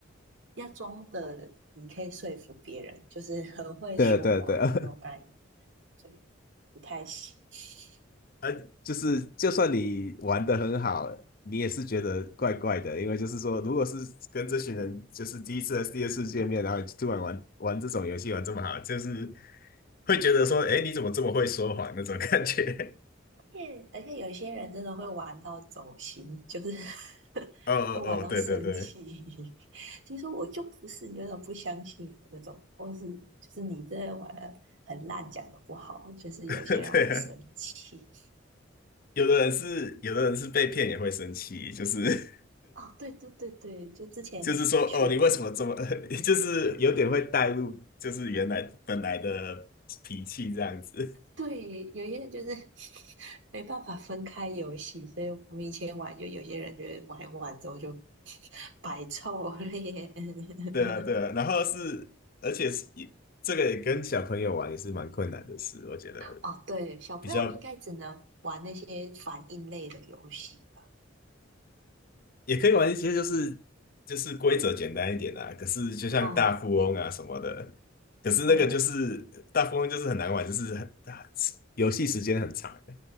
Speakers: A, on the right; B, on the left.
A: 要装的，你可以说服别人，就是很会说谎的那种感觉，
B: 对对对，<laughs>
A: 所以不太行。
B: 呃，就是就算你玩的很好，你也是觉得怪怪的，因为就是说，如果是跟这群人就是第一次还是第二次见面，然后突然玩玩这种游戏玩这么好，就是会觉得说，哎，你怎么这么会说谎那种感觉。
A: 而且而且有一些人真的会玩到走心，就是 <laughs>
B: <laughs> 哦哦哦，
A: 会玩到生气，
B: 对对对，
A: <laughs> 就说我就不是，你为什么不相信那种，或是就是你真的玩的很烂，讲的不好，就是有些人会生气。
B: <laughs> 对啊有的人是有的人是被骗也会生气，就是
A: 哦，对对对对，就之前缺。
B: <laughs> 就是说，哦，你为什么这么，<laughs> 就是有点会带入，就是原来本来的脾气这样子。
A: 对，有些人就是 <laughs> 没办法分开游戏，所以我们以前玩，就有些人觉得玩一玩之后就 <laughs> 摆臭脸。<laughs>
B: 对啊，对啊，然后是，而且是也这个也跟小朋友玩也是蛮困难的事，我觉得
A: 哦，对，小朋友应该只能玩那些反应类的游戏吧？
B: 比较也可以玩一些，就是就是规则简单一点啊。可是就像大富翁啊什么的，
A: 哦
B: 可是那个就是大富翁就是很难玩，
A: 哦，
B: 就是很大，游戏时间很长，